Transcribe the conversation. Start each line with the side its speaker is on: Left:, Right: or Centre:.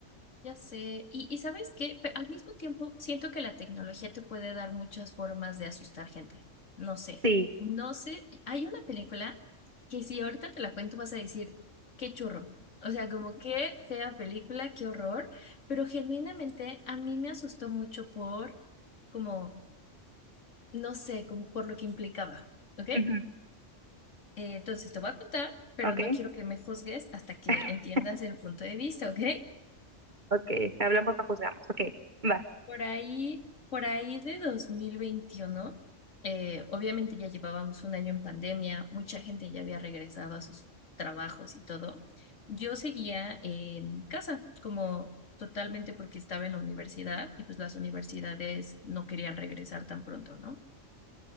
Left: Ya sé, y, y ¿sabes qué? Pe- al mismo tiempo, siento que la tecnología te puede dar muchas formas de asustar gente. No sé,
Right: Sí.
Left: no sé, hay una película que si ahorita te la cuento vas a decir, qué churro. O sea, como qué fea película, qué horror, pero genuinamente a mí me asustó mucho por, como, no sé, como por lo que implicaba, ¿ok? Eh,
Right: Ujú.
Left: entonces te voy a contar, pero
Right: Ok,
Left: no quiero que me juzgues hasta que
Right: <laughs>
Left: entiendas el punto de vista, ¿ok?
Right: ok, hablamos, no juzgamos. Ok, va.
Left: Por ahí, por ahí de 2021, eh, obviamente ya llevábamos un año en pandemia, mucha gente ya había regresado a sus trabajos y todo. Yo seguía en casa, como totalmente porque estaba en la universidad y pues las universidades no querían regresar tan pronto, ¿no?